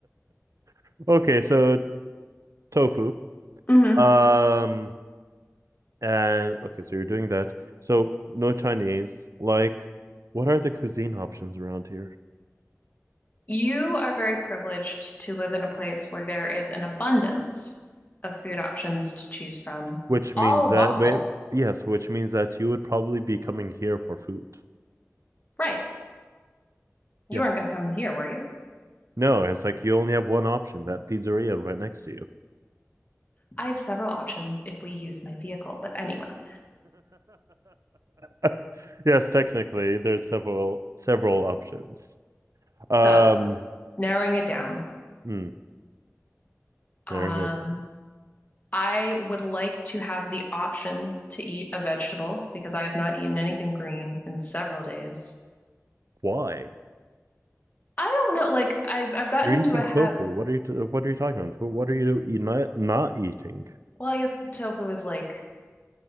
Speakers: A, on the right (about 75°); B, on the left (about 35°).
A: <laughs> Okay, so tofu.
B: <laughs> hmm
A: Um, And okay, so you're doing that. So no Chinese. Like, what are the cuisine options around here?
B: You are very privileged to live in a place where there is an abundance of food options to choose from,
A: Which means
B: all
A: that
B: walkable.
A: wait, yes, which means that you would probably be coming here for food.
B: Right. You
A: Yes.
B: weren't going to come here, were you?
A: No, it's like you only have one option, that pizzeria right next to you.
B: I have several options if we use my vehicle, but anyway.
A: <laughs> Yes, technically, there's several several options. Um,
B: So, narrowing it down,
A: hmm,
B: Um,
A: narrowing it down.
B: I would like to have the option to eat a vegetable because I have not eaten anything green in several days.
A: Why?
B: I don't know, like I've I've gotten
A: You're eating
B: into a habit.
A: tofu. What are you? T- what are you talking about? What are you, you not not eating?
B: Well, I guess tofu is like